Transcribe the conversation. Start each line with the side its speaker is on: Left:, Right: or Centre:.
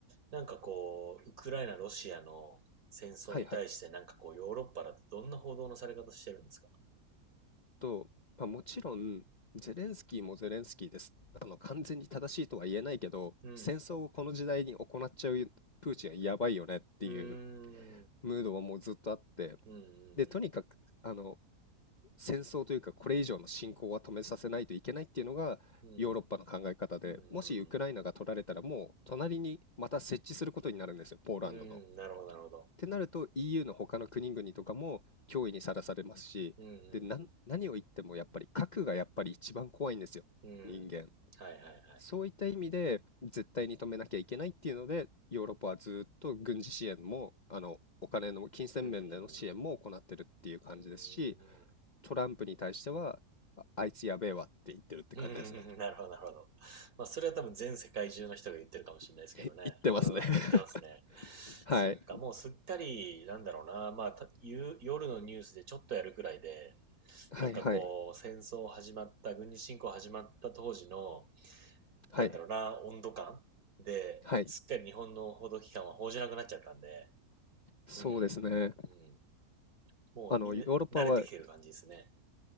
Right: なんかこう、ウクライナ、ロシアの戦争に対してなんかこう、
Left: はいはい。
Right: ヨーロッパだとどんな報道のされ方してるんですか
Left: と、まあ、もちろん、ゼレンスキーもゼレンスキーです。あの、完全に正しいとは言えないけど、
Right: うん。
Left: 戦争をこの時代に行っちゃうプーチンはやばいよねっていう
Right: うーん。
Left: ムードはもうずっとあって
Right: うんう
Left: でとにかくあの
Right: ん
Left: 戦争というかこれ以上の侵攻は止めさせないといけないっていうのがヨーロッパの考え方でもしウクライナが取られたらもう隣にまた設置することになるんですよポーランドの。
Right: うん。うん。うんうんうん。うん。
Left: っ
Right: なるほど、なるほど。
Left: てなると EU の他の国々とかも脅威にさらされますしでなん何を言ってもやっぱり核がやっぱり一番怖いんですよ人間。
Right: うんうんうん。うん。はいはいはい。
Left: そういった意味で絶対に止めなきゃいけないっていうので、ヨーロッパはずっと軍事支援も、あの、お金の金銭面での支援も行ってるっていう感じですし、
Right: うん。うんうんうん。うーん。
Left: トランプに対しては、あ、あいつやべえわって言ってるって感じですね。
Right: うん <laughs> なるほど、なるほど。まあ、それは多分全世界中の人が言ってるかもしれないですけどね。
Left: <laughs> 言ってますね
Right: うん、<laughs> 言ってますね。
Left: <laughs> はい。
Right: そっか、もうすっかり、なんだろうな、まあ、た夕夜のニュースでちょっとやるくらいで、
Left: はいはい。
Right: なんかこう、戦争始まった、軍事侵攻始まった当時の、
Left: はい。
Right: なんだろうな、温度感で、
Left: はい。
Right: すっかり日本の報道機関は報じなくなっちゃったんで、
Left: そうですね。
Right: うん、うん、もうみんな慣れてきてる感じですね。
Left: あの、ヨーロッパは